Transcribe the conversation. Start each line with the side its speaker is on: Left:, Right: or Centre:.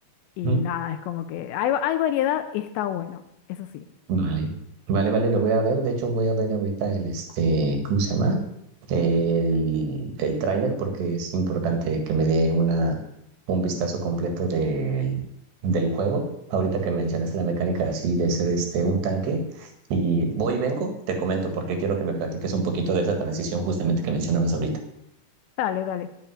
Left: Y
Right: ujú.
Left: nada, es como que hay, hay variedad y está bueno, eso sí.
Right: Vale, vale, vale, lo voy a ver. De hecho, voy a ver ahorita el, este, ¿cómo se llama? El, el tráiler porque es importante que me dé una, un vistazo completo del del juego. Ahorita que mencionaste la mecánica así de ser este, un tanque. Y voy y vengo, te comento porque quiero que me platiques un poquito de esa transición justamente que mencionabas ahorita.
Left: Dale, dale.